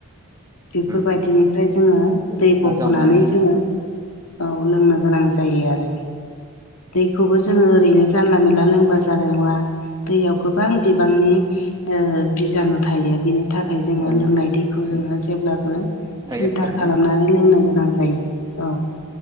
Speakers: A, on the left; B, on the right.
A: बेफोर
B: उम
A: बायदिनिफ्राय जोङो
B: जेरै
A: दै
B: हा
A: बख'नानै
B: जावनानै
A: जोङो औ लोंनो गोनां जायो। ज दैखौबो जोङो ओरैनो जानला मानला लोंब जानाय नङा दैयाव गोबां बिबांनि बिजानु थायो बिनि नि थाखाय जोङो
B: ओ
A: लोंनाय दैखौ जोङो जेब्लाबो
B: थायो
A: फिल्टार
B: आरोना
A: खालामनानै लोंनो गोनां जायो औ।